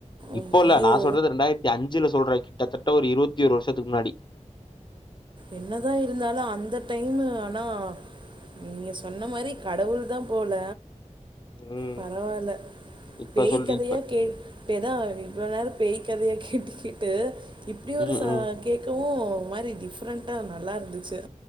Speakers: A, on the right; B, on the left.
A: ஐயோ
B: இப்போ இல்ல நா சொல்றது ரெண்டாயிரத்தி அஞ்சுல சொல்ற இது கிட்டத்தட்ட ஒரு இருவத்தியொரு வருஷத்துக்கு முன்னாடி
A: என்னதான் இருந்தாலும் அந்த டைமு ஆனா நீங்க சொன்ன மாறி கடவுள் தான் போல
B: ம்
A: பரவால்ல
B: இப்ப
A: பேய்
B: சொல்லி
A: கதையா
B: இப்ப
A: கே இப்டியேதான் இவ்ளோ நேரம் பேய் கதையை கேட்டுக்கேட்டு இப்படி ஒரு
B: ம்
A: ச
B: ம்
A: கேட்கவும் மாறி டிஃப்ரெண்ட்டா நல்லா இருந்திச்சி